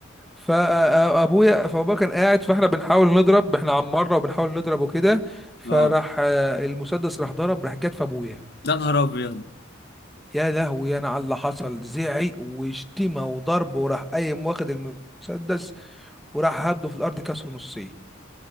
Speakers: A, in the centre; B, on the left (about 55°).
A: فابويا فابويا كان قاعد فاحنا بنحاول نضرب احنا عن مره وبنحاول نضرب وكده فراح
B: اه
A: آه، المسدس راح ضرب راح جت في ابويا
B: ده نهار ابيض
A: يا لهوي انا على اللي حصل زعق وشتيمه وضرب وراح قايم واخد المسدس وراح هبده في الارض كسره نصين